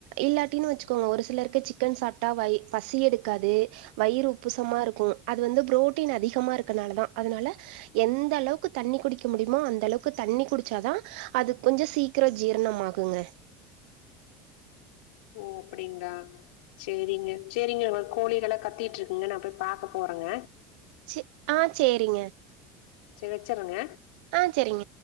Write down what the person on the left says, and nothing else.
ஓ அப்டிங்லா சேரிங்க சேரிங்க நம்ம கோழிகளாம் கத்திட்டு இருக்குங்க நான் போய் பாக்க போறங்க
சேரி வச்சிர்றங்க